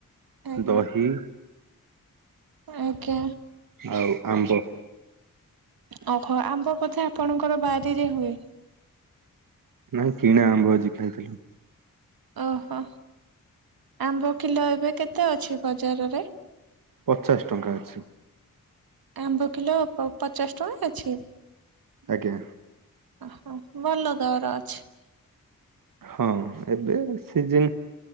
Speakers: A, on the right; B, on the right.
A: ଆଜ୍ଞା
B: ଦହି
A: ଆଜ୍ଞା।
B: ଆଉ ଆମ୍ବ।
A: ଓଖ ଆମ୍ବ କଥା ଆପଣଙ୍କର ବାରିରେ ହୁଏ।
B: ନାଇଁ କିଣା ଆମ୍ଭ ଆଜି ଖାଇଥିଲି।
A: ଓହୋ ଆମ୍ବ କିଲୋ ଏବେ କେତେ ଅଛି ବଜାର ରେ?
B: ପଚାଶ ଟଙ୍କା ଅଛି।
A: ଆମ୍ବ କିଲୋ ପ ପଚାଶ ଟଙ୍କା ଅଛି।
B: ଆଜ୍ଞା।
A: ଓହୋ ଭଲ ଦର ଅଛି।
B: ହଁ ଏବେ ସିଜିନ୍